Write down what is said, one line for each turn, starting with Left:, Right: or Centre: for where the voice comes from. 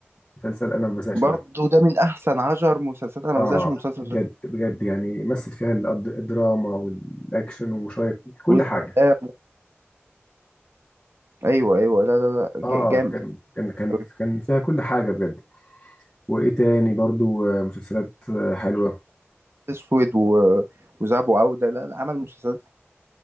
Left: مسلسل انا ما بزهقش
Right: برضه
Left: منه
Right: ده من احسن عشر مسلسلات انا ما
Left: اه
Right: بزهقش من المسلسل
Left: بجد
Right: ده
Left: بجد يعني مثل فيها الأد- الدراما والاكشن وشويه كل
Right: والآم.
Left: حاجه
Right: ايوه ايوه لا لا لا ج-
Left: اه
Right: جامد
Left: كان كان كان
Right: أوي.
Left: كان فيها كل حاجه بجد وايه تاني برضو آه، مسلسلات آه، حلوه
Right: اسود و... وذهب وعوده لا لا عمل مسلسلات